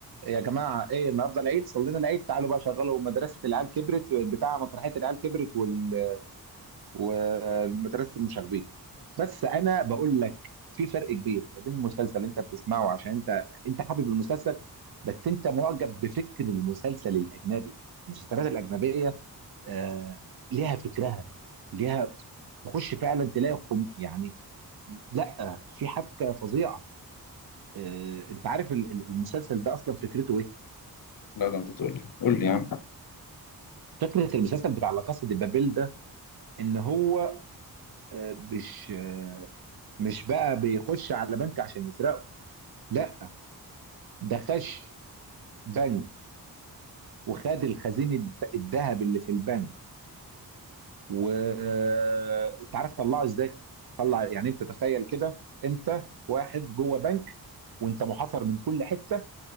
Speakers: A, on the right (about 70°); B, on the left (about 60°).
A: يا جماعه ايه النهارده العيد صلينا العيد تعالوا بقى شغلوا مدرسه العيال كبرت بتاع مسرحيه العيال كبرت وال... ومدرسه المشاغبين بس انا بقول لك في فرق كبير ما بين المسلسل اللي انت بتسمعه عشان انت انت حابب المسلسل بس انت معجب بفكر المسلسل الاجنبي المسلسلات الاجنبيه آه ليها فكرها ليها تخش فعلا تلاقي خم يعني لا في حبكه فظيعه آه انت عارف ال- ال- المسلسل ده اصلا فكرته ايه؟
B: لا ده انت تقول لي قول لي يا عم
A: فكره المسلسل بتاع لا كاسا دي بابيل ده ان هو آه مش آه مش بقى بيخش على بنك عشان يسرقه لا ده خش بنك وخد الخزين الذهب اللي في البنك وانت عارف طلعه ازاي طلع يعني انت تخيل كده انت واحد جوه بنك وانت محاصر من كل حته